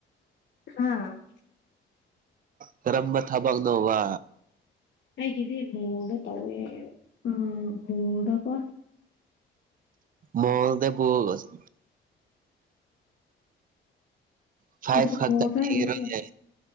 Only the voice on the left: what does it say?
ꯍꯥ
ꯑꯩꯒꯤꯗꯤ ꯃꯣꯜꯗ ꯇꯧꯋꯦ ꯑꯥ ꯃꯣꯜꯗꯀꯣ
ꯑꯗ ꯃꯣꯔꯆ
ꯍꯥꯏꯖꯤꯁꯆꯦ